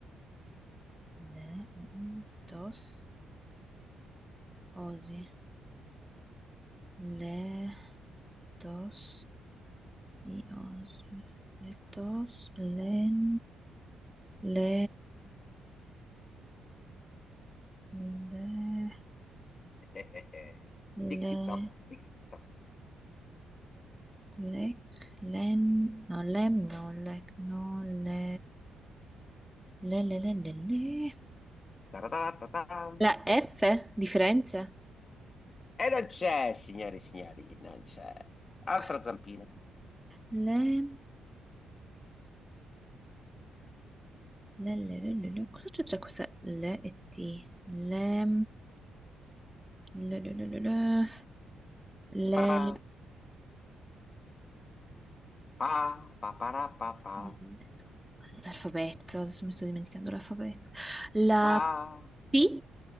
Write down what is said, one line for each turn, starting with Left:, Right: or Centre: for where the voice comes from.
Centre: Le, mm, dos, osi. Le, dos, i, os, le, dos, len. Le, le,
Left: <laughs>
Centre: le,
Left: Tic toc, tic toc.
Centre: lec, len, no, lem, no, lec, no, le, le, le, le, le, le.
Left: Taratatatam.
Centre: La F di Firenze?
Left: E non c'è, signore e signori, non c'è. Altra
Centre: Cos'è?
Left: zampina.
Centre: Le, le, le, le, le, le. Cosa c'è tra questa le e T? Le, le, le, le, le, le.
Left: Parapà, Pa, pa, para, pa, pa,
Centre: Le- L'alfabeto, adesso mi sto dimenticando l'alfabeto. La
Left: pa.
Centre: P?